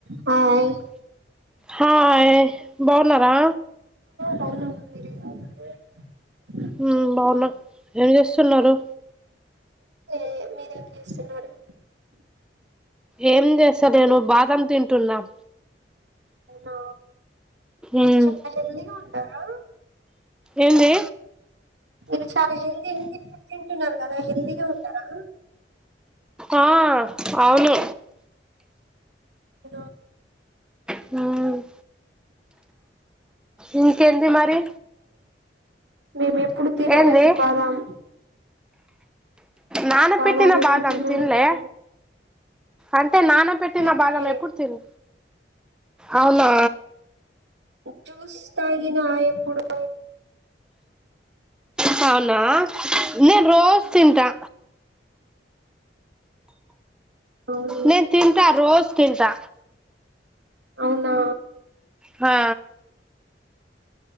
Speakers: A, on the right; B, in the centre.
A: హాయ్
B: హియా బాగున్నారా
A: బగునం మెరు ఎలా ఉనారు
B: హ్మ్ బావున్నా ఏం చేస్తున్నారు
A: ఏ మీరేం చేస్తున్నారు
B: ఏం చేస్త నేను బాదం తింటున్నాం
A: అవునా మీరు
B: ఉమ్
A: చాలా హెల్తీగా ఉంటారా
B: ఏంది
A: మీరు చాలా హెల్దీ ఫుడ్ తింటున్నారు కదా హెల్దీగా ఉంటారా
B: ఆ అవును
A: అవునా
B: హ్మ్ ఇంకేంది మరి
A: మీరు చెప్ ఇప్పుడు తీనలేదు
B: ఏంది
A: బాదాం
B: నానపెట్టిన
A: బాదాం ఎప్పుడు
B: బాదం
A: తినలేదు
B: తిన్లే అం టే నాన పెట్టిన
A: తినలే
B: బాదం ఎప్పుడు తిన్ అవునా
A: జ్యూస్ తాగినా ఎప్పుడూ
B: హా న నేను రోజు తింటా
A: అవును
B: నేను తింటా రోజ్ తింటా
A: అవునా
B: హా